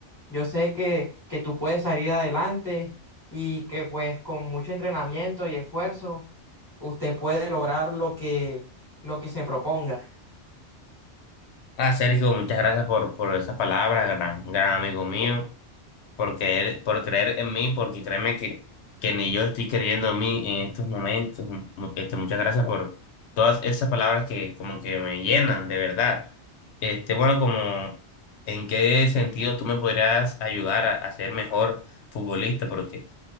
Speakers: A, on the left; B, on the left.
A: yo sé que, que tú puedes salir adelante y que pues con mucho entrenamiento y esfuerzo usted puede lograr lo que, lo que se proponga.
B: Ah, Sergio, muchas gracias por, por esa palabra, gran, gran amigo mío. por creer, por creer en mí, porque créeme que, que ni yo estoy creyendo en mí en estos momentos. Mu- Este, muchas gracias por todas esas palabras que como que me llenan, de verdad. Este, bueno, como en qué sentido tú me podrías ayudar a, a ser mejor futbolista, porque